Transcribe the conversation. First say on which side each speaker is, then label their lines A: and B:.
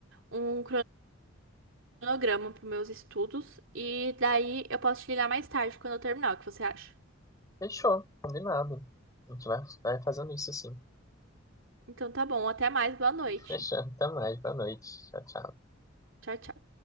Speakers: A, on the right (about 70°); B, on the left (about 20°).
A: um cronograma para meus estudos e daí eu posso te ligar mais tarde quando eu terminar, o que você acha?
B: Fechou, combinado. A gente vai, vai fazendo isso, assim.
A: Então tá bom, até mais, boa noite.
B: Fechando, até mais, boa noite. Tchau, tchau.
A: Tchau, tchau.